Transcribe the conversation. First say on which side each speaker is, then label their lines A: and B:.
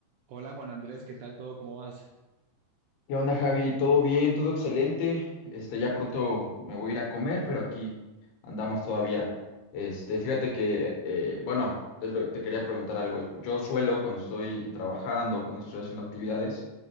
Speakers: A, on the right; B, on the left.
A: Hola Juan Andrés, ¿qué tal todo? ¿Cómo vas?
B: ¿Qué onda, Javi? ¿Todo bien? ¿Todo excelente? Este, ya pronto me voy a ir a comer, pero aquí andamos todavía. Este, fíjate que, eh, bueno, te, lo- te quería preguntar algo. Yo suelo, cuando estoy trabajando, cuando estoy haciendo actividades,